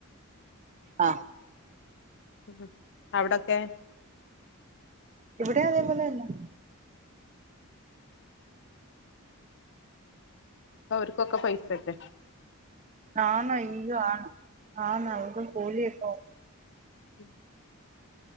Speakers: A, on the right; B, on the left.
A: ആഹ്
B: ഉംഹും അവിടൊക്കെ?
A: ഇവിടെ അതേപോലെ തന്നാ.
B: അപ്പ അവർക്കൊക്കെ പൈസ ല്ലെ
A: ആന്ന് അയ്യോ ആണ് ആന്ന് അവർക്ക് കൂലിയിപ്പൊ
B: ഉം